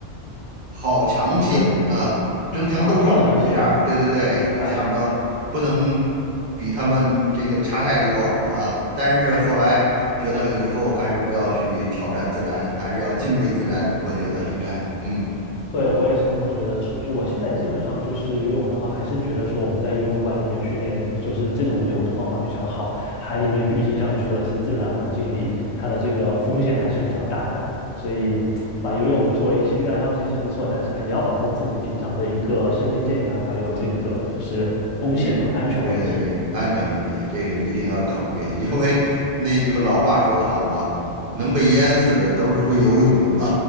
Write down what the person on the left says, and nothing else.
<laughs> 就是
啊、好强行，
明白了。
对，我也是这么觉得，所以我现在基本上就是游泳的话，还是觉得说我们在游泳馆里面训练，就是这种游的方法比较好。海里面毕竟像你说的是自然环境里，它的这个风险还是比较大的，所以把游泳作为兴趣爱好之一是不错，但是还也要保证自己平常的一个身心健康，还有这个就是风险嘛，
安全问题。
对，